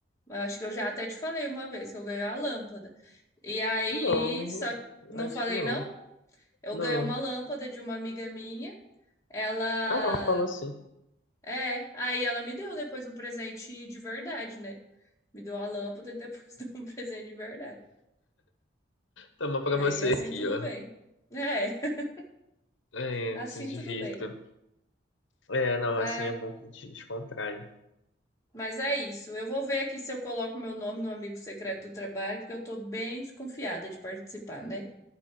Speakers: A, on the left; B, on the left.
A: Acho que eu já até te falei uma vez que eu ganhei a lâmpada. E aí,
B: Não,
A: só não
B: acho
A: falei
B: que não.
A: não? Eu
B: Não.
A: ganhei uma lâmpada de uma amiga minha. Ela
B: Ah, não, falou assim.
A: É, aí ela me deu depois um presente de verdade, né? Me deu a lâmpada e depois <laughs> deu um presente de verdade.
B: Toma pra
A: Aí
B: você
A: assim
B: aqui,
A: tudo
B: ó.
A: bem. É, <laughs>
B: É,
A: assim
B: se divirta.
A: tudo bem.
B: É, não,
A: Ah,
B: assim é bom que te descontrai.
A: mas é isso. Eu vou ver aqui se eu coloco meu nome no amigo secreto do trabalho, porque eu tô bem desconfiada de participar, né?